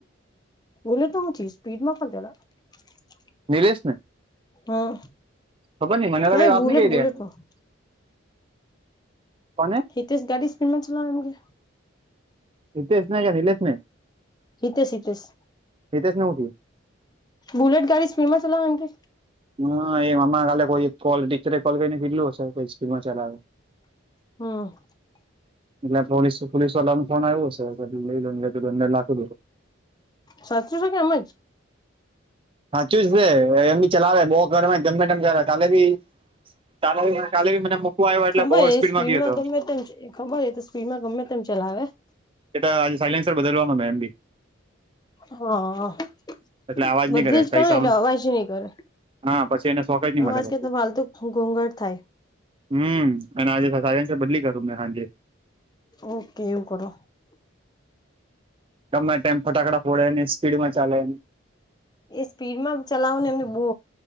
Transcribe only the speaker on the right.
નિરેશ ને
ખબર ની મને
અવે વાત
ની
<unintelligible>
કોને?
હિતેશ ને કે નીલેશ ને
હિતેશ ને હુ થીયુ?
હા એ <unintelligible> કાલે કોઈ કોલ ટીચરે કોલ કરીને કીધલું હશે સ્પીડમાં ચલાવે
એટલે પોલીસ પોલીસ વાળાન ફોન આયવો હશે <unintelligible>
સાચું જ છે, એમ બી ચલાવે બો ગરમે ગમે તેમ ચલાવે કાલે બી <inaudible>
બહુ
ગયો હતો
એટ આજે સાયલેન્સર બદલવાનો મે બી
એટલે અવાજ
નહી કરે
કઈ સાઉન્ડ
હા પછી એને શોખ જ નહી
મળે પછી
હમ અને આજે સાયલેનસર બદલી કરું મે હાજે
ગમે તેમ ફટાકડા ફોડે ને સ્પીડમાં ચાલે